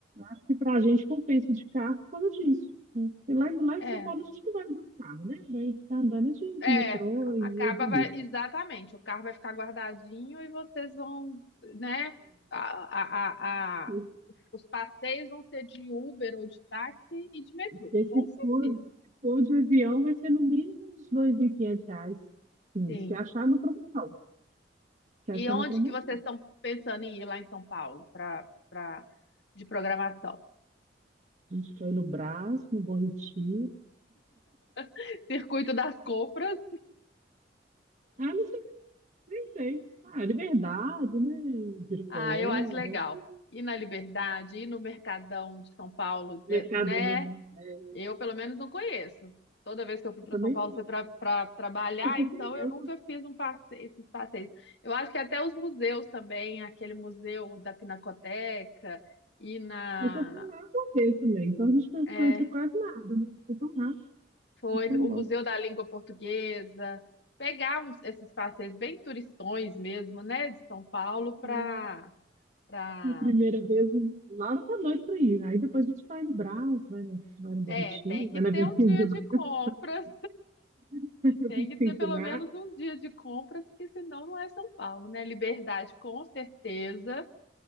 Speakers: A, on the right (about 45°); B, on the left (about 70°).
A: acho que para a gente compensa de carro por causa disso. né? E lá, em- lá
B: É,
A: em São Paulo a gente não vai andar de carro, né? Vai ficar andando de
B: é.
A: metrô e
B: A capa
A: Uber.
B: vai, exatamente, o carro vai ficar guardadinho e vocês vão, né? a,
A: E
B: a, Os passeios vão ser de Uber ou de táxi e de metrô,
A: Esse
B: com certeza.
A: tour, esse tour de avião vai ser no mínimo uns 2.500 reais. Sim,
B: Sim.
A: se achar no promoção. Se achar
B: E onde
A: na promoção.
B: que vocês estão pensando em ir lá em São Paulo para para de programação?
A: A gente quer ir no Brás, no Bom Retiro.
B: <laughs> Circuito das compras.
A: Ah, não sei, nem sei. Ah, Liberdade, né? Ibirapuera,
B: Ah, eu acho legal. Ir na Liberdade, ir no Mercadão de São Paulo, de-
A: Mercadão.
B: né?
A: É,
B: Eu, pelo menos, não conheço. Toda vez que eu fui para
A: também,
B: São Paulo foi para trabalhar,
A: eu só
B: então
A: fui, eu
B: eu nunca
A: só,
B: fiz um passeio, esses passeios. Eu acho que até os museus também, aquele museu da Pinacoteca e na
A: eu só fui lá uma vez também. Então a gente não conhece
B: é,
A: quase nada, né? Foi tão rápido,
B: foi
A: foi tão
B: o
A: bom.
B: Museu da Língua Portuguesa, pegar uns- esses passeios bem turistões mesmo, né, de São Paulo para
A: É.
B: para
A: A primeira vez, Laura tá doido pra ir. Aí depois a gente vai no Brás, vai no, vai no Borritinho,
B: é, tem
A: vai
B: que
A: na
B: ter
A: 25
B: um dia
A: de março,
B: de compras.
A: <laughs> 25
B: Tem que ter pelo
A: de março.
B: menos uns dias de compras, que senão não é São Paulo, né? Liberdade, com certeza,